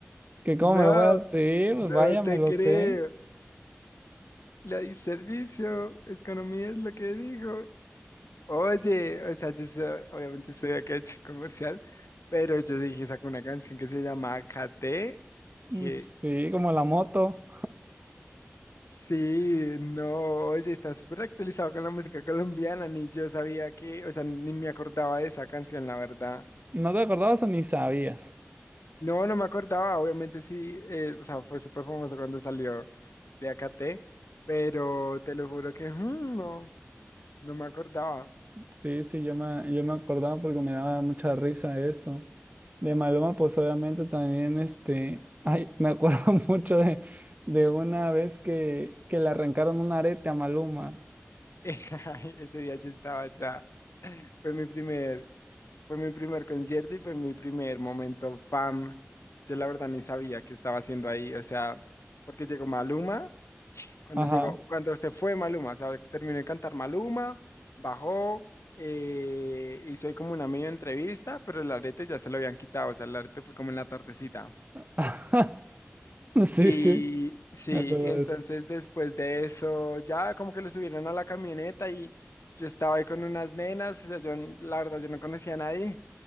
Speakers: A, on the right; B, on the left.
A: Que cómo
B: No,
A: me lo voy a decir, pues
B: no
A: vaya, me
B: te
A: lo
B: creo.
A: sé.
B: La di servicio, economía es lo que dijo. Oye, o sea, yo soy- obviamente soy de acá chico comercial, pero yo dije, saco una canción que se llama KT,
A: Mm,
B: que
A: Sí, como la moto.
B: sí, no, oye, está súper actualizado con la música colombiana, ni yo sabía que, o sea, ni me acordaba de esa canción, la verdad.
A: ¿No te acordabas o ni sabías?
B: No, no me acordaba, obviamente sí, eh, o sea, fue súper famoso cuando salió de AKT, pero te lo juro que mm, no, no me acordaba.
A: Sí, sí, yo me, yo me acordaba porque me daba mucha risa eso. De Maloma, pues obviamente también, este, ay, me acuerdo <laughs> mucho de, de una vez que, que le arrancaron un arete a Maluma.
B: <laughs> Ese día yo estaba ya, fue mi primer Fue mi primer concierto y fue mi primer momento fam. Yo la verdad ni sabía qué estaba haciendo ahí, o sea, porque llegó Maluma, cuando
A: Ajá.
B: llegó, cuando se fue Maluma, o sea, terminó de cantar Maluma, bajó, eh, hizo ahí como una medio entrevista, pero el arete ya se lo habían quitado, o sea, el arete fue como en la tardecita.
A: <laughs> Sí,
B: Y
A: sí,
B: sí,
A: me acuerdo
B: entonces
A: de eso.
B: después de eso ya como que lo subieron a la camioneta y yo estaba ahí con unas nenas, o sea, yo n- la verdad yo no conocía a nadie